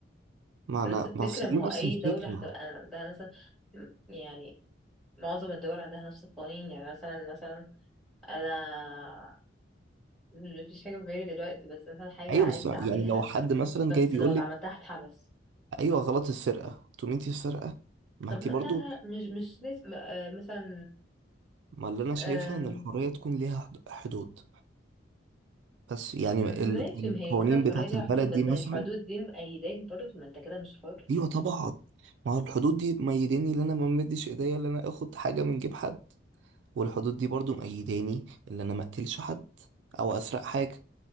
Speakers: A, on the right (about 70°); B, in the centre.
A: ما
B: نفس
A: أنا
B: الفكرة
A: ما أصل
B: ما
A: دي
B: هو
A: نفس
B: أي
A: الفكرة
B: دولة هتبقى عندها مثلا م- يعني معظم الدول عندها نفس القوانين يعني مثلا مثلا أنا مفيش حاجة في بالي دلوقتي بس مثلا حاجة
A: أيوه
B: عايزة
A: بس يعني
B: أعملها
A: لو حد مثلا
B: بس
A: جاي بيقول
B: لو اتعملتها
A: لك
B: هتحبس
A: أيوه غلط السرقة تقومي أنت السرقة ما
B: طب
A: أنت
B: ما-
A: برضو
B: لا لا مش مش لازم آه، مثلا
A: ما اللي أنا شايفها
B: آه،
A: إن الحرية تكون ليها حد- حدود بس يعني
B: ماشي
A: ال-
B: ما
A: القوانين
B: هي كده الحرية
A: بتاعت
B: ليها
A: البلد
B: حدود بس
A: دي مثلا
B: هي الحدود دي مأيداك برضه ما انت كده مش حر
A: أيوه طبعا ما هو الحدود دي ميداني اللي أنا ما مديش إيديا اللي أنا آخد حاجة من جيب حد والحدود دي برضو مأيداني ان انا ما اقتلش حد او اسرق حاجة